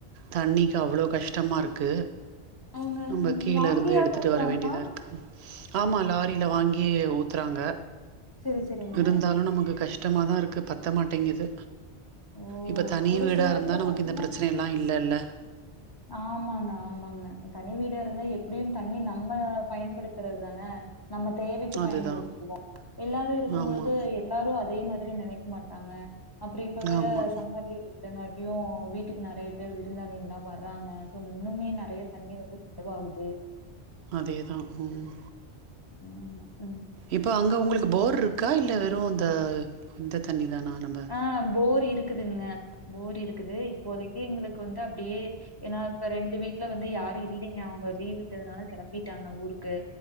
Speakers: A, on the right (about 70°); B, on the left (about 25°).
A: தண்ணி க்கு அவ்வளோ கஷ்டமா இருக்கு
B: அவங்க
A: நம்ம கீழே
B: வாங்கியாவது
A: இருந்து எடுத்துட்டு
B: ஊத்துறாங்களா
A: வர வேண்டியதா இருக்கு ஆமா லாரியில வாங்கி ஊத்துறாங்க
B: செரி செரிங்க
A: இருந்தாலு நமக்கு கஷ்ட கஷ்டமா தா இருக்கு பத்த மாட்டேங்குது
B: ஓ
A: இப்போ தனி
B: ஒரு
A: வீடா
B: சில எடத்துல
A: இருந்தா நமக்கு
B: பாத்தீங்கன்னா
A: இந்த பிரச்சனைையெல்லா இல்லைல
B: ஆமாங்க ஆமாங்க தனி வீடா இருந்த எப்படியு தண்ணி நம்ம பயன்படுத்துறது தானே நம்ம தேவைக்கு
A: அதுதான்.
B: பயன்படுத்துவோ எல்லாரு இருக்கும்
A: ஆமா.
B: பொழுது எல்லாரு அதே மாதிரி நெனைக்க மாட்டாங்க அப்புறோ இப்ப வேற
A: ஆமா.
B: சம்மர் லீவு விட்டாங்க எப்படியு வீட்டுக்கு நறைய பேர் விருந்தாளிங்க வ ராங்க சோ இன்னுமே நெறைய தண்ணி வந்து செலவாகுது
A: அதேதா ம்
B: உம் உம்
A: இப்ப அங்க உங்களுக்கு போர் இருக்கா இல்ல வெறு இந்த இந்த தண்ணி தானா நம்ப?
B: ஆ போர் இருக்குதுங்க போர் இருக்குது இப்போதைக்கு எங்களுக்கு வந்து அப்படியே ஏன்னா இப்ப ரெண்டு வீட்டு்ல வந்து யாரு இல்லைங்க அவங்க லீவ் விட்டதுனால கிளம்பிட்டாங்க ஊருக்கு